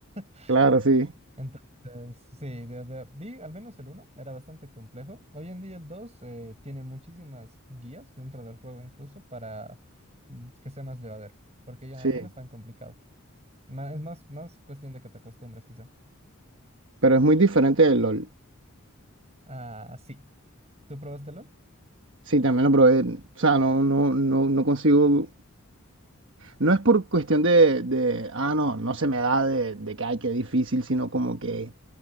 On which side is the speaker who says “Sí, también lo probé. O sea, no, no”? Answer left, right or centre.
Right